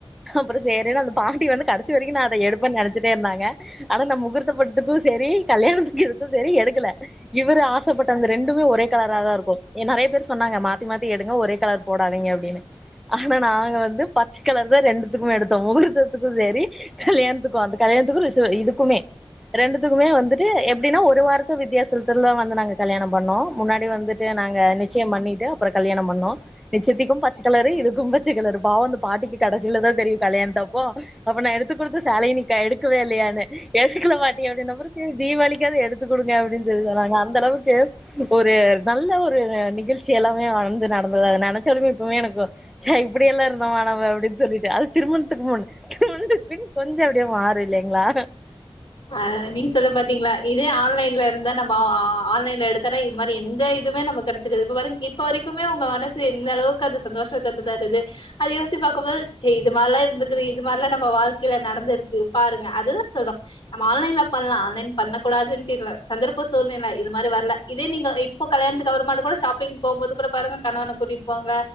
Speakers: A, in the centre; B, on the left.
A: அப்புறம் செரின்னு அந்த பாட்டி வந்து கட சி வரைக்கும் நா அத எடுப்பன் நினைச்சிட்டே இருந்தாங்க ஆனா நா முகூர்த்தப் பட்டுக்கும் செரி கல்யாணத்துக்கு இதுக்கும் சரி எடுக்கல இவரு ஆசப்பட்ட அந்த ரெண்டுமே ஒரே கலரா தா இருக்கும் என் நெறைய பேர் சொன்னாங்க மாத்தி மாத்தி எடுங்க ஒரே கலர் போடாதீங்க அப்படின்னு ஆனா நாங்க வந்து பச்ச கலர் தான் ரெண்டுத்துக்கும் எடுத்தோம் முகூர்தத்துக்கும் சரி கல்யாணத்துக்கும் அந்த கல்யாணத்துக்கும் ரிஷ இதுக்குமே ரெண்டுத்துக்குமே வந்துட்டு எப்படின்னா ஒரு வாரத்து வித்தியாசலத்துல தா வந்து நாங்க கல்யாணம் பண்ணோம் முன்னாடி வந்துட்டு நாங்க நிச்சயம் பண்ணிட்டு அப்புறோ கல்யணொ பண்ணோம் நிச்சத்துக்கும் பச்ச கலரு இதுக்கும் பச்ச கலரு பாவோ அந்த பாட்டிக்கு கடைசிலதா தெரியும் கல்யாணத் தப்போ அப்போ நா எடுத்து கொடுத்த சேலை நீ கா எடுக்கவே இல்லையா னு எசுக்கல பாட்டி அப்டின்ன பெறவு செரி தீபாவளிக்காது எடுத்துக் கொடுங்க அப்டின்னு சொல்லி சொன்னாங்க அந்த அளவுக்கு ஒரு நல்ல ஒரு நிகழ்ச்சி எல்லாமே வந்து நடந்தது அத நெனைச்சாலுமே இப்பவுமே எனக்கு ச இப்படிய எல்லாம் இருந்தா மாணவ அப்படின்னு சொல்லிட்டு அது திருமணத்துக்கு முன் திருமணத்துக்கு பின் கொஞ்சம் அப்டியே மாறு இல்லலைங்களா
B: அதா மீம்ஸ் எல்லா பாத்தீங்களா இதே ஆன்லைன்ல இருந்த நம்ம ஆ ஆ ஆன்லைன்ல எடுத்த இது மாரி எந்த இதுமாரி நம்ம கிடைச்சுக்காது இப்ப பாருங்க <inaudible> இப்போ வரைக்குமே உங்க மனசு எந்த அளவுக்கு அந்த சந்தோஷத்த தருது அத யோசி பாக்கும்போது செரி இது மாரி எல்லாம் இருக்குது இது மாரில்லாம் நம்ம வாழ்க்கையில நடந்திருக்கு பாருங்க அதுதா சொல்றோ நம்ம ஆன்லைன்ல பண்லா ஆன்லைன் பண்ணக்கூடாதுன்ட்டு இல்ல சந்தர்ப்ப சூழ்நிலை இது மாரி வரல இதே நீங்க இப் இப்ப கல்யாணத்ககவர் மாடு கூட ஷாப்பிங் போம்போது கூட பாருங்க கணவனை கூட்டிட்டு போங்க